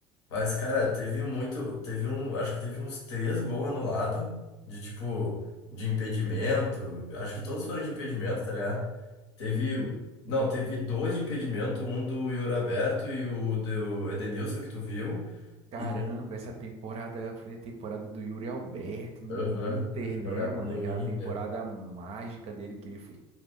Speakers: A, on the left; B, on the right.
A: Mas, cara, teve muito. Teve um. Acho que teve uns três gols anulados. De tipo. De impedimento. Acho que todos foram de impedimento, tá ligado? Teve.
B: Uhum.
A: Não, teve dois de impedimento. Um do Yuri Alberto e o do Edenilson, que tu viu.
B: Caramba,
A: E daí.
B: essa temporada foi a temporada do Yuri Alberto no
A: Aham,
B: Inter,
A: ele jogava
B: né, mano?
A: no
B: Aquela
A: Inter.
B: temporada mágica dele que ele fez,